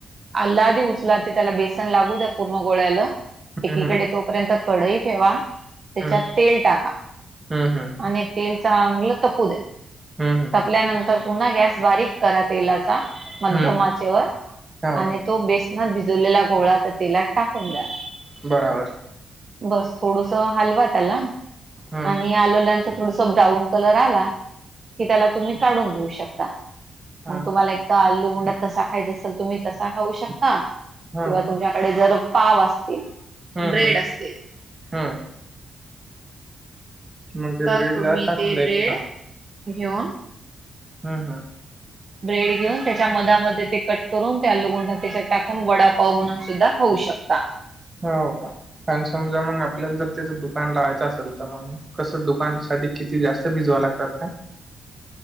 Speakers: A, on the right; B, on the right.
A: अल्ला आधी उचला ते त्याला बेसन लागू द्या पूर्ण गोळ्याला एकीकडे
B: हं, हं.
A: तो पर्यंत कडई ठेवा. त्याच्यात
B: हं.
A: तेल टाका
B: हं, हं.
A: आणि तेल चांगलं तपू द्या‌.
B: हम्म, हम्म.
A: पल्यानंतर पुन्हा गॅस बारीक करा तेलाचा मध्य
B: हं.
A: आचेवर
B: हो,
A: आणि तो बेसनात भिजवलेला गोळा तर तेलात टाकून द्या.
B: बराबर.
A: बस थोडूसं हलवा त्याला
B: हं.
A: आणि ते आलुला नंतर थोडस ब्राऊन कलर आला, की त्याला तुम्ही काढून घेऊ शकता. मग
B: हां,
A: तुम्हाला
B: हां.
A: एकतर आलूगोंडा तसा खायचा असेल, तर तुम्ही तसा खाऊ शकता किंवा
B: हं.
A: तुमच्याकडे जर पाव असतील.
B: हम्म
A: ब्रेड
B: हम्म
A: असतील
B: हम्म. मग ते
A: तर
B: ब्रेड
A: तुम्ही
B: जाड टाकून
A: ते
B: द्यायचे
A: ब्रेड घेऊन
B: हम्म, हम्म.
A: ब्रेड घेऊन त्याच्या मधामध्ये ते कट करून त्या आलुगुंडा त्याच्यात टाकून वडापाव म्हणून सुद्धा खाऊ शकता.
B: होव का? आणि समजा मग आपल्याला तर त्याचं दुकान लावायचं असेल, तर मग कसं दुकानसाठी किती जास्त ते भिजवावे लागतात का?